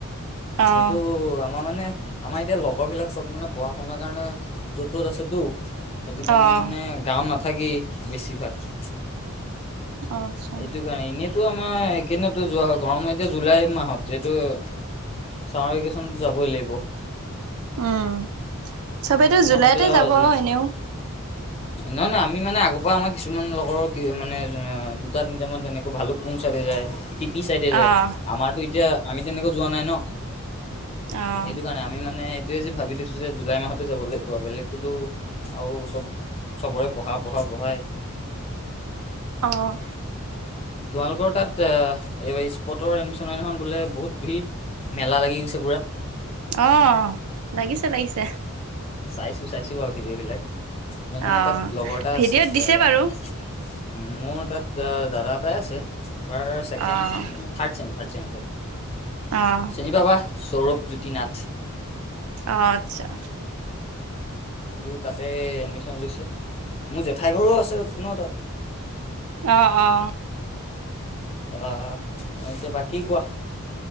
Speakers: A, on the left; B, on the right.
A: এনেতো
B: অ',
A: আ আমাৰ মানে আমাৰ এতিয়া লগৰ বিলাক চব মানে, পঢ়া শুনাৰ কাৰণে য'ত ত'ত আছেতো। সেইটো কাৰণে
B: অ',
A: মানে গাওত নাথাকেই বেছিভাগ।
B: অ', আচ্ছা।
A: এইটো কাৰণে। এনেইটো আমাৰ একেইদিনটো যোৱা হয় গৰমত এতিয়া জুলাই মাহত এইটো ছামাৰ ভেকেশ্যনত যাবই লাগিব।
B: উম, সবেইতো
A: সেইটো
B: জুলাইতে
A: মাহতে
B: যাব
A: আৰু যি
B: এনেও।
A: নহয় - নহয়। আমি মানে আগৰ পৰা আমাৰ কিছুমান লগৰ কি মানে দুটা তিনিটা মান তেনেকৈ ভালুক পুং সাইদে যায়। টিপি চাইডে যায়।
B: অ',
A: আমাৰটো এতিয়া আমি তেনেকৈ যোৱা নাই ন।
B: অ',
A: সেইটো কাৰণে আমি মানে, এইটোয়ে যি ভাবি থৈছো যে জুলাই মাহত যাবলৈ কোৱা বেলেগটোতো আৰু চব চবৰে পঢ়া - পঢ়া-পঢ়াই। <inaudible>
B: অ',
A: তোমালোকৰ তাত এ স্পটৰ এডমিচনৰ দিনা বোলে বহুত ভিৰ। মেলা লাগি গৈছে পুৰা।
B: অ, লাগিছে লাগিছে।
A: চাইছো-চাইছো আৰু ভিডিঅ' বিলাক। মোৰ মানে
B: অ'।
A: তাত লগৰ এটা
B: ভিডিঅ'ত
A: আছে।
B: দিছে
A: এ
B: বাৰু।
A: মোৰ তাত দাদা এটাই আছে। এবাৰ ছেকেণ্ড
B: অ'।
A: চেম থাৰ্ড চেম - থাৰ্ড চেম এইবাৰ।
B: অ',
A: চিনি পাবা সৌৰভজ্যোতি নাথ।
B: অহ, আচ্ছা।
A: সিও তাতে এডমিশন লৈছে। মোৰ জেঠাই ঘৰো আছে ন তাত।
B: অ-অ।
A: অ, এতিয়া বাকী কোৱা?